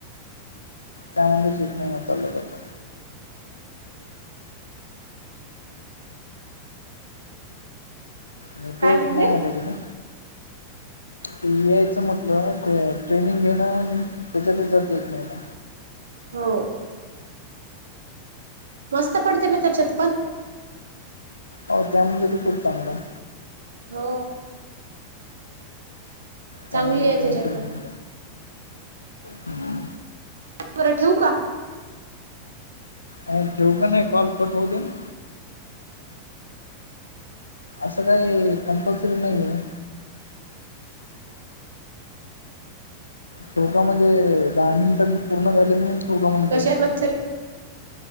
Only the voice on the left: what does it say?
त्यामध्येच एक महिना चालला जातो. नेटवर्क
नाही आहे ना तिथं? ते यायचं म्हटलं ते ट्रेनिंग घेणं आणि त्याच्यात जाते एक महिना.
हो त्यामध्ये पण खूप चांगलं आहे.
त्यामध्ये
टेन्शन
नाही हम्म.
डायरेक्ट ठेवू का नाही. कॉल कट होऊ देन. असं काही कंपल्सरी नाही आहे. त्याच्यामध्ये दहा मिनिटं पूर्ण झाले म्हणून ठेवू का म्हणत
का